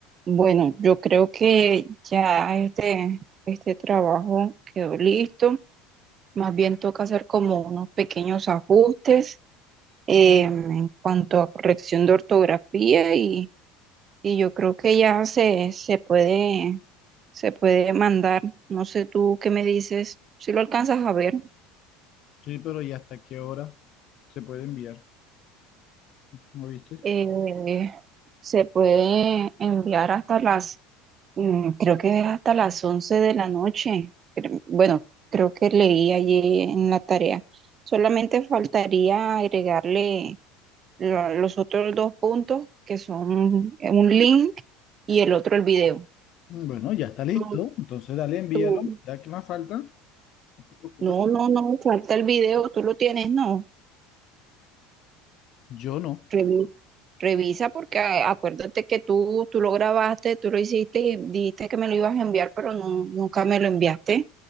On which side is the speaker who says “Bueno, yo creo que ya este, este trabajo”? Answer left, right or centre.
Right